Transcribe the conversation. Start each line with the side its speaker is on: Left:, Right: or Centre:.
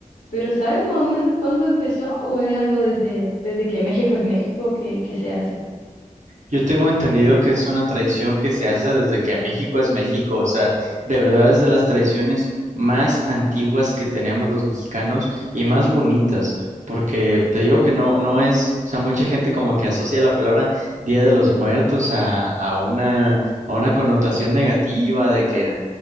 Left: Pero ¿sabes más o menos cuándo empezó o es algo desde, desde que México es México que, que se hace?
Right: Yo tengo entendido que es una tradición que se hace desde que México es México, o sea, de verdad es de las tradiciones más antiguas que tenemos los mexicanos y más bonitas, porque te digo que no, no es, o sea, mucha gente como que asocia la palabra Día de los Muertos a, a una, a una connotación negativa de que eh,